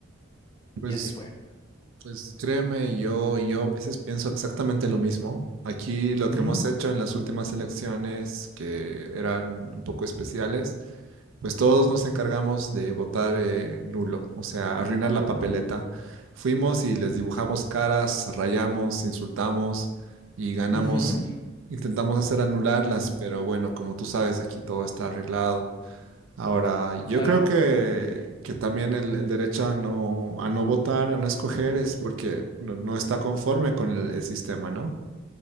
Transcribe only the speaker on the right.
Pues,
pues créeme, yo, yo a veces pienso exactamente lo mismo. Aquí lo
que hemos hecho en las últimas elecciones, que eran un poco especiales, pues todos nos encargamos de votar eh, nulo, o sea, arruinar la papeleta. Fuimos y les dibujamos caras, rayamos, insultamos y ganamos.
Intentamos hacer anularlas, pero bueno, como tú sabes, aquí todo está arreglado. Ahora, yo
creo que, que también el, el derecho a no, a no votar, a no escoger, es porque no, no está conforme con el, el sistema, ¿no?